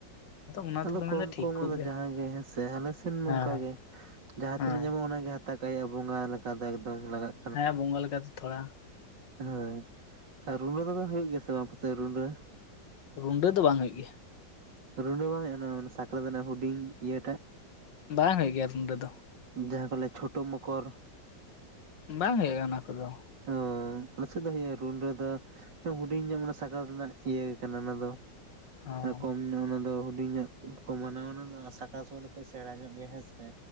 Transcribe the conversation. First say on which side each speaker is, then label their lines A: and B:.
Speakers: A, on the left (about 80°); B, on the right (about 75°).
A: ᱚᱱᱟ
B: ᱟᱫᱚ
A: ᱛᱮᱠᱚ
B: ᱠᱚᱢ
A: ᱢᱮᱱᱫᱟ ᱴᱷᱤᱠ
B: ᱠᱚᱢ
A: ᱠᱚᱜ
B: ᱟᱫᱚ
A: ᱜᱮᱭᱟ
B: ᱡᱟᱦᱟᱸᱭ ᱜᱮ ᱦᱮᱸ ᱥᱮ ᱦᱟᱱᱮ ᱥᱮᱱ ᱱᱚᱝᱠᱟ
A: ᱦᱮᱸ
B: ᱜᱮ ᱡᱟᱦᱟᱸ
A: ᱦᱮᱸ
B: ᱛᱤᱱᱟᱹᱜ ᱧᱟᱢᱚᱜ-ᱟ ᱚᱱᱟ ᱜᱮ ᱛᱟᱠᱟᱭᱟ ᱵᱚᱸᱜᱟ ᱞᱮᱠᱟ ᱫᱚ ᱮᱠᱫᱚᱢ ᱞᱟᱜᱟᱜ
A: ᱦᱮᱸ ᱵᱚᱸᱜᱟ ᱞᱮᱠᱟ ᱛᱮ ᱛᱷᱚᱲᱟ
B: ᱦᱮᱸ ᱟᱨ ᱨᱩᱰᱟᱹ ᱫᱚ ᱵᱟᱝ ᱦᱩᱭᱩᱜ ᱜᱮᱭᱟ ᱥᱮ ᱵᱟᱝ ᱯᱟᱥᱮ ᱨᱩᱰᱟᱹ
A: ᱨᱩᱰᱟᱹ ᱫᱚ ᱵᱟᱝ ᱦᱩᱭᱩᱜ ᱜᱮᱭᱟ
B: ᱨᱩᱰᱟᱹ ᱵᱟᱝ ᱦᱩᱭᱩᱜ-ᱟ ᱚᱱᱟ ᱥᱟᱠᱨᱟᱛ ᱨᱮᱱᱟᱜ ᱦᱩᱰᱤᱧ ᱤᱭᱟᱹ ᱴᱟᱜ
A: ᱵᱟᱝ ᱦᱩᱭᱩᱜ ᱜᱮᱭᱟ ᱨᱩᱰᱟᱹ ᱫᱚ
B: ᱡᱟᱦᱟᱸ ᱠᱚ ᱞᱟᱹᱭᱟ ᱪᱷᱳᱴᱳ ᱢᱚᱠᱚᱨ
A: ᱵᱟᱝ ᱦᱩᱭᱩᱜ-ᱟ ᱚᱱᱟ ᱠᱚᱫᱚ
B: ᱚ ᱟᱪᱪᱷᱟ ᱫᱚ ᱱᱤᱭᱟᱹ ᱨᱩᱰᱟᱹ ᱫᱚ ᱦᱩᱰᱤᱧ ᱜᱮᱭᱟ ᱢᱟᱱᱮ ᱥᱟᱠᱨᱟᱛ ᱨᱮᱱᱟᱜ ᱤᱭᱟᱹ ᱠᱟᱱᱟ ᱚᱱᱟ ᱫᱚ᱾
A: ᱦᱚᱸ
B: ᱠᱚᱢ ᱧᱚᱜ ᱚᱱᱟ ᱫᱚ ᱦᱩᱰᱤᱧ ᱧᱚᱜ ᱠᱚ ᱢᱟᱱᱟᱣᱟ ᱚᱱᱟ ᱫᱚ ᱥᱟᱠᱨᱟᱛ ᱥᱚᱢᱚᱭ ᱫᱚᱠᱚ ᱥᱮᱬᱟ ᱧᱚᱜ ᱜᱮ ᱦᱮᱸ ᱥᱮ